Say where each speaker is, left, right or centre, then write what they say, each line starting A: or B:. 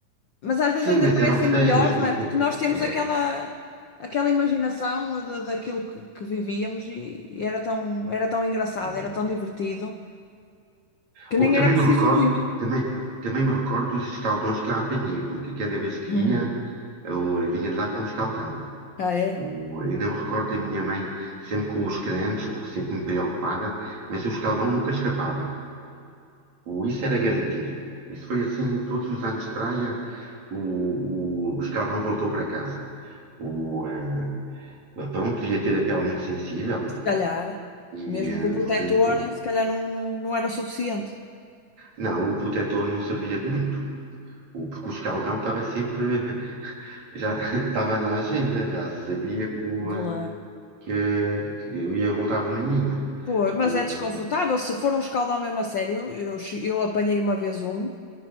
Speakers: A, on the left (about 60°); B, on the right (about 65°).
A: mas às
B: sim,
A: vezes ainda
B: mas
A: parecem
B: eram férias,
A: melhores,
B: porque.
A: não é? Porque nós temos
B: eh,
A: aquela, aquela imaginação eh, da- daquilo que, que vivíamos e e era tão, era tão engraçado,
B: eh,
A: era tão divertido, que
B: Bom,
A: nem
B: também
A: era preciso
B: me recordo,
A: muito. <laughs>
B: também, também me recordo dos escaldões que lá apanhei, porque cada vez que
A: Hum.
B: ia, eu vinha de lá com um escaldão.
A: Ah, é?
B: O, ainda me recordo da minha mãe sempre com os cremes, porque sempre me preocupada, mas o escaldão nunca escapava. O, isso era garantido. Isso foi assim, todos os anos de praia, o, o, o escaldão voltou para casa. O, eh, pronto, devia ter a pele muito sensível
A: Se calhar,
B: e,
A: mesmo
B: eh,
A: com o protetor,
B: portanto,
A: se calhar não, não, não era o suficiente.
B: não, o protetor não servia de muito. O, porque o escaldão estava sempre Já <laughs> estava na agenda, já sabia que, o,
A: Claro.
B: eh, que eu ia voltar a Vermelhinho.
A: Pô, mas
B: O,
A: é desconfortável. Se for um escaldão mesmo a sério, eu, che- eu apanhei uma vez um